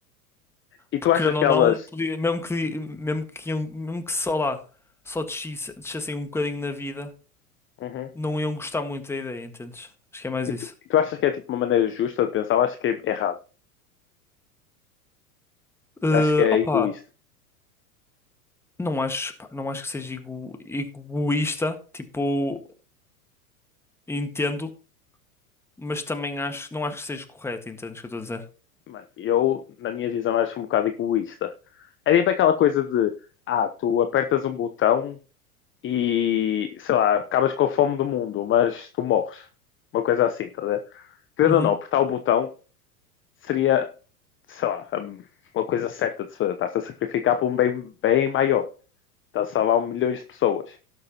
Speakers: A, on the left; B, in the centre.
A: E tu
B: Porque
A: achas
B: querendo
A: que
B: ou
A: elas.
B: não, podia, mesmo que, mesmo que, iam- mesmo que só lá, só desci- descessem um bocadinho na vida.
A: Uhum.
B: não iam gostar muito da ideia, entendes? Acho que é mais
A: E
B: isso.
A: tu, e tu achas que é tipo uma maneira justa de pensar? Eu acho que é errado.
B: Eh,
A: Acho que é
B: opa,
A: egoísta.
B: não acho, pá, não acho que seja ego- egoísta, tipo, entendo, mas também acho, não acho que seja correto, entendes o que eu estou a dizer?
A: Mano, eu, na minha visão, acho um bocado egoísta. É tipo aquela coisa de. Ah, tu apertas um botão e. Sei lá, acabas com a fome do mundo, mas tu morres. Uma coisa assim, tá a ver? Querendo
B: Uhum.
A: ou não, apertar o botão seria, sei lá, hum, uma coisa certa de se fazer. Estás a sacrificar por um bem, bem maior. Estás a salvar milhões de pessoas.